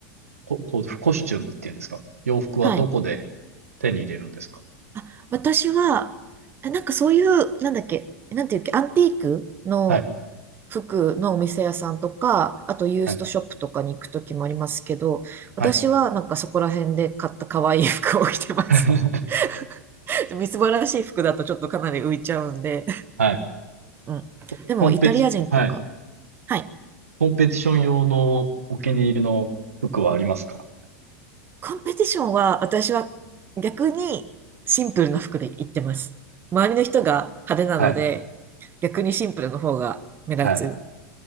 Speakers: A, on the right; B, on the right.
A: こ、こう、コスチュームっていうんですか洋服はどこで
B: はい。
A: 手に入れるんですか
B: あ、私は、えなんかそういう、なんだっけ、なんていうっけ、アンティークの
A: はい、
B: 服のお店屋さんとか、あとユーストショップとかに行くときもありますけど、
A: はい、
B: 私はなんかそこら辺で買った可愛い服を着てます。
A: はい。<laughs>
B: <laughs> みすぼらしい服だとちょっとかなり浮いちゃうんで。
A: はい。
B: うん。
A: <laughs>
B: でもイタリア人とか、
A: コンペティ、はい。
B: はい。
A: コンペティション用のお気に入りの服はありますか
B: コンペティションは私は逆にシンプルな服で行ってます。周りの人が派手なので
A: はい、
B: 逆にシンプルの方が目立つっ
A: はい、